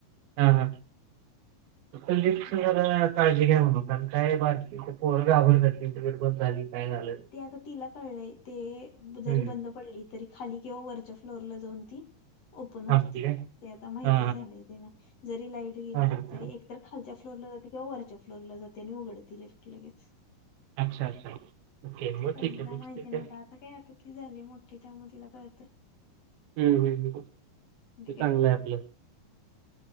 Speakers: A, on the right; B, on the left.
A: हा हा लिफ्ट
B: ते
A: का नाही य म्हण कायो गार जात इंटरव्हट पण झाली काय झालं
B: ते आता तिला कळलंय ते जरी
A: हम्म
B: बंद पडली तरी खाली किंवा वरच्या फ्लोरला जाऊन ती ओपन
A: थांबती
B: होती
A: काय
B: ते आता माहिती
A: हा
B: झाले त्याला जरी लाईट गेली
A: हा हा.
B: तरी एक तरर खालच्या फ्लोरला जात किंवा वरच्या <inaudible>
A: अच्छा अच्छा! ओके मग
B: ते पहिला
A: ठीक आहे
B: माहिती
A: ठीक
B: नव्हत
A: आहे
B: आता काय आता ती झाली मोठी त्यामुळे तिला कळत
A: हम्म हम्म ते
B: काय
A: चांगलं
B: फक्त
A: आहे आपलं